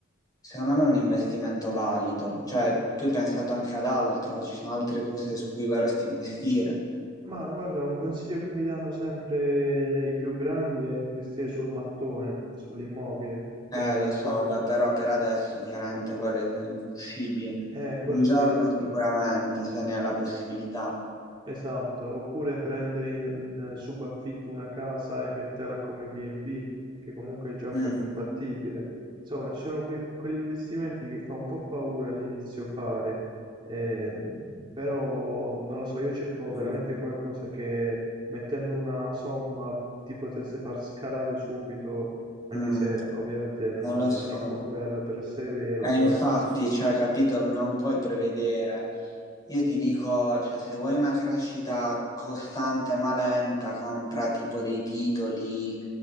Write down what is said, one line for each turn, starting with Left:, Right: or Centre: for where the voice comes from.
Left: Secondo me è un investimento valido, cioè tu hai pensato anche ad altro, ci sono altre cose su cui vorresti investire.
Right: Ma guarda, un consiglio che mi danno sempre i più grandi è investire sul mattone, sull'immobile, e
Left: Eh, lo so,
Right: quindi
Left: vabbè, però per adesso chiaramente quello è impossibile.
Right: eh, quello
Left: Un giorno
Right: sì,
Left: sicuramente, se ne è la possibilità.
Right: Esatto, oppure prendere in, in subaffitto una casa e metterla come B&B, che comunque è già un
Left: Mm,
Right: po' più fattibile. Insomma, ci sono quei- quegli investimenti che fa un po' paura all'inizio fare, ehm, però non lo so, io cercavo
Left: mm,
Right: veramente qualcosa che mettendo una somma ti potesse far scalare subito, anche
Left: mm,
Right: se ovviamente mh,
Left: non lo
Right: è
Left: so.
Right: troppo bello per essere vero,
Left: E
Right: però
Left: infatti, cioè, capito, non puoi prevedere. Io ti dico, cioè, se vuoi una crescita costante ma lenta, compra tipo dei titoli eh,